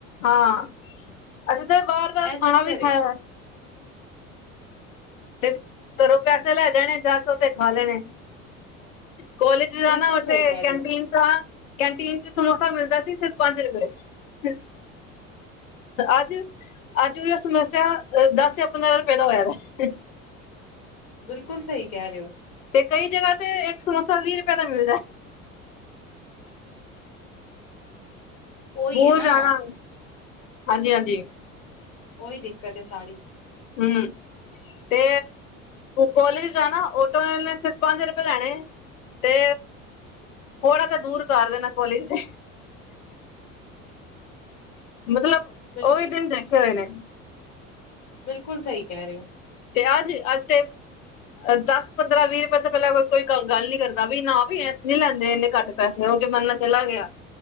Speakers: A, on the left (about 75°); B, on the left (about 50°).
A: ਹਾਂ, ਅਸੀਂ ਤਾਂ ਬਾਰ ਦਾ
B: ਇਹ ਚੱਕਰ
A: ਖਾਣਾ ਵੀ
B: ਏ
A: ਖਾਇਆ ਤੇ ਘਰੋਂ ਪੈਸੇ ਲੈ ਜਾਣੇ ਜਾ ਕੇ ਉਥੇ ਖਾ ਲੈਣੇ। ਕੋਲਜ ਜਾਣਾ
B: ਬਿਲਕੁਲ
A: ਉੱਥੇ
B: ਸਹੀ ਕਹਿ
A: ਕੰਟੀਨ
B: ਰਹੇ ਹੋ
A: ਤਾਂ ਕੈਂਟੀਨ ਚ ਸਮੋਸਾ ਮਿਲਦਾ ਸੀ ਸਿਰਫ ਪੰਜ ਰੁਪਏ ਚ। ਅੱਜ-ਅੱਜ ਓਏ ਸਮੋਸਾ ਏ ਦੱਸ ਜਾਂ ਪੰਦਰਾਂ ਰੁਪਏ ਦਾ ਹੋਇਆ। <inaudible>
B: ਬਿਲਕੁਲ ਸਈ ਕੈ ਰਏ ਓ।
A: ਤੇ ਕਈ ਜਗ੍ਹਾ ਤੇ ਇੱਕ ਸਮੋਸਾ ਵੀ ਰੁਪਏ ਦਾ ਮਿਲਦੈ।
B: ਉਹੀ
A: ਬੂਲ
B: ਹੈ ਨਾ
A: ਜਾਣਾ, ਹਾਂਜੀ-ਹਾਂਜੀ।
B: ਓਈ ਦਿੱਕਤ ਏ ਸਾਰੀ।
A: ਹੂੰ। ਤੇ ਕੋਲਜ ਜਾਣਾ ਔਟੋ ਵਾਲੇ ਨੇ ਸਿਰਫ ਪੰਜ ਰੁਪਏ ਲੈਣੇ। ਤੇ ਥੋੜਾ ਜਾ ਦੂਰ ਤਾਰ ਦੇਣਾ ਕਾਲਜ ਦੇ ਮਤਲਬ
B: ਬਿਲਕੁਲ
A: ਓਵੀ ਦਿਨ ਦੇਖੇ ਹੋਏ ਨੇ।
B: ਬਿਲਕੁਲ ਸਈ ਕੈ ਰਏ ਓ।
A: ਤੇ ਅੱਜ ਅੱਜ ਤੇ ਦਸ ਪੰਦਰਾਂ ਵੀਹ ਰੁਪਏ ਤੋਂ ਪਹਿਲਾਂ ਕੋਈ ਗੱਲ ਨੀ ਕਰਦਾ ਵੀ ਨਾ ਵੀ ਅਸੀਂ ਨੀ ਲੈਂਦੇ ਇੰਨੇ ਘੱਟ ਪੈਸੇ ਤੇ ਓ ਜਮਾਨਾ ਚਲਾ ਗਆ।